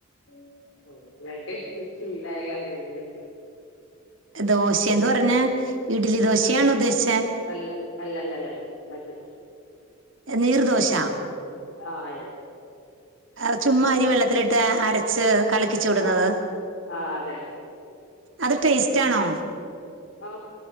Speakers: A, on the left (about 70°); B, on the right (about 70°).
A: <unintelligible> ശീലായാരണേ
B: ദോശ എന്ന് പറഞ്ഞ ഇഡ്ലി ദോശയാണോ ഉദ്ദേശിച്ചേ?
A: അല്ല അല്ല അല്ല അല്ല മറ്റേ
B: നീർദോശ
A: ആഹ് യെ
B: എ ചുമ്മാ അരി വെള്ളത്തിലിട്ട് അരച്ച് കലക്കി വിടുന്നത്
A: ആഹ് ആ അതെന്നെ
B: അത് ടേസ്റ്റാണോ?
A: ആ